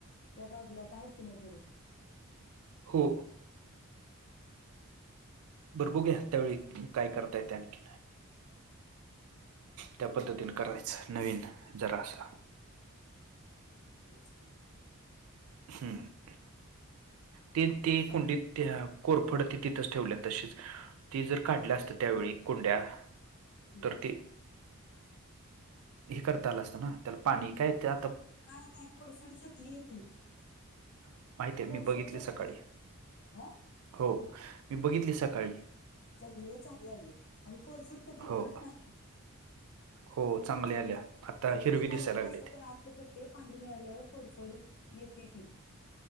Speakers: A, on the left; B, on the right.
A: त्या बाजूला आ तर आहेत की नाही घर
B: हो. बर बघूया त्यावेळी काय करता येत आणखीन. त्या पद्धतीने करायच नवीन जरा असल
A: तेच की.
B: हम्म ते ते
A: का-
B: कुंडीत त्या कोरफड ती तिथंच ठेवल्या तशीच ती जर काढल्या असतं त्यावेळी कुंड्या
A: हं.
B: तर ते- हे करता आलं असतं ना त्याला पाणी काय त्या
A: काय नाही कोरफडीच जंगली ती-
B: माहिती आहे
A: कोरफड
B: मी बघितली
A: जगली
B: सकाळी
A: आहे हा.
B: हो मी बघितली सकाळी-
A: चगले चांगली आली य आणि कोरफड कधी
B: हो
A: मरत नाही.
B: हो चांगली आल्या. आता
A: जरी
B: हिरवी
A: ते वळलेल
B: दिसायला लागले
A: असले
B: ते
A: तर आतले गट्टे पाणी मिळाल्यावर कोरफडीत येत्या ती